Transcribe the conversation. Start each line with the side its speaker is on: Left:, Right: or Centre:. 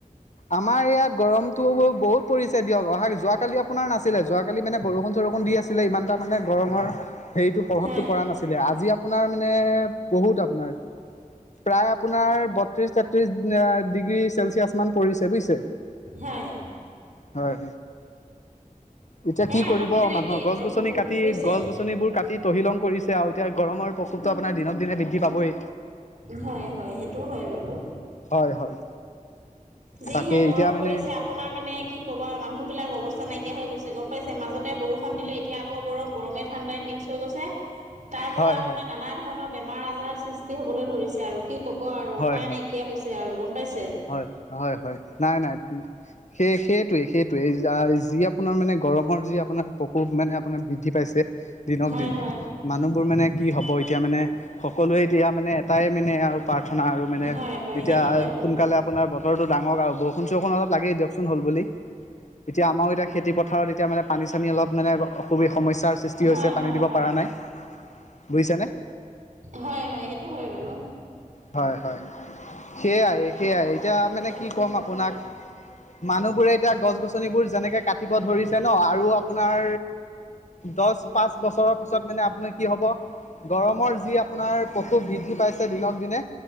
Left: আমাৰ এয়াত গৰমটো বহুত পৰিছে দিয়ক, অহা যোৱাকালি- পোনাৰ নাছিলে যোৱাকালি মানে বৰষুণ চৰষুণ দি আছিলে ইমানটা মানে গৰমৰ হেৰিটো প্ৰভাৱটো
Right: হয়
Left: পৰা নাছি- ছিলে। আজি আপোনাৰ মানে বহুত আপোনাৰ প্ৰায় আপোনাৰ বত্ৰিশ তেট- ত্ৰিশ ডিগ্ৰী চেলচিয়াছ মান পৰিছে বুজিছে।
Right: হয়
Left: হয়। এতিয়া
Right: হে
Left: কি কৰিব
Right: আমাৰ পিনেও
Left: মানুহক
Right: একেই
Left: গছ
Right: গৰম
Left: গছনি
Right: বহুত
Left: কাটি
Right: বুজিছে
Left: গছ গছনিবোৰ কাটি- তহিলং কৰিছে আৰু এতিয়া গৰমৰ প্ৰকোপটো আপোনাৰ দিনক দিনে বৃদ্ধি পাবই।
Right: হয় হয়, সেইটো হয় বাৰু।
Left: হয় হয়।
Right: যিহে
Left: তাকেই
Right: গৰম
Left: এতিয়া মানে
Right: পৰিছে আপোনাৰ মানে কি ক'বা আও? মানুহ বিলাক অৱস্থা নাইকিয়া হৈ গৈছে। গম পাইছে, মাজতে বৰষুণ দিলে এতিয়া আক গৰম গৰমে ঠাণ্ডাই মিক- ক্স হৈ গৈছে। তাৰ পৰা
Left: হয়
Right: আপোনাৰ
Left: হয়
Right: নানা ধৰণৰ বেমাৰ আজাৰ সৃষ্টি হ'বলৈ ধৰিছে আৰু। কি ক'ব আৰু
Left: হয়
Right: উপায়
Left: হয়
Right: নাইকিয়া হৈছে আৰু, গম পাইছে?
Left: হয়, হয় হয় নাই নাই, সেই সেই- টোৱেই সেইটোৱেই যি আপোনাৰ মানে গৰমৰ যি আপোনাৰ প্ৰকোপ মানে আপোনাৰ বৃদ্ধি পাইছে- দিনক
Right: হয়
Left: দিনে
Right: হয়।
Left: মানুহবোৰ মানে কি হ'ব এতিয়া মানে- সকলোৱে এতিয়া মানে এটাই মানে আৰু প্ৰাৰ্থনা আৰু মানে,
Right: হয় হয়
Left: তেতিয়া-
Right: সেইটো হয় বাৰু
Left: সোনকালে
Right: হয়
Left: আপোনাৰ বতৰ ডাঙক‌ আৰু, বৰষুণ চৰষুণ অলপ লাগেই দিয়কচো- চোন হ'ল বুলি। এতিয়া আমাৰো এতিয়া খেতি পথাৰত এতিয়া মানে পানী চানী অলপ মানে অসুবি সমস্যা- স্যাৰ সৃষ্টি
Right: হয়
Left: হৈছে, পানী
Right: হয়
Left: দিব
Right: হয়
Left: পৰা নাই। বুজিছনে?
Right: হয় হয়, সেইটো হয় বাৰু।
Left: হয় হয় সেয়াই সেয়াই এতিয়া মানে কি ক'ম আপোনাক। মানুহ বোৰে এতিয়া গছ গছনিবোৰ যেনেকে কাটিব ধৰিছে ন আৰু আপোনাৰ। দহ পাঁচ বছৰৰ পিছত মানে আপোনাৰ কি হ'ব। গৰমৰ যি আপোনাৰ প্ৰকোপ বৃদ্ধি পাইছে দিনক দিনে।